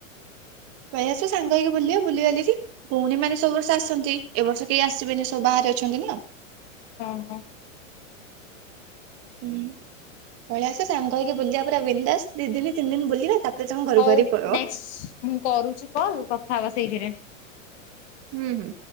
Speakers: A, on the right; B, on the left.
A: ଭାଇ ଆସୁ ସାଙ୍ଗ ହେଇକି ବୁଲିବା ବୁଲିିବାଲିକି ଭଉଣୀମାନେ ସବୁ ବର୍ଷ ଆସନ୍ତି ଏ ବର୍ଷ କେହି ଆସିବେନି ସବୁ ବାହାରେ ଅଛନ୍ତି ନା।
B: ହଁ ହଁ।
A: ହୁଁ ପଳେଇ ଆସ ସାଙ୍ଗ ହେଇକି ବୁଲିବା ପୁରା ବିନ ଦାସ ଦି ଦିନ ତିନି ଦିନ ବୁଲିବା ତାପରେ ତମେ ଘରକୁ
B: ହଉ
A: ବାହାରିକି ପଳେଇବ।
B: ନେକ୍ସଟ୍ ମୁଁ କରୁଛି କଲ କଥା ହବା ସେଇଥିରେ।
A: ହୁଁ ହୁଁ।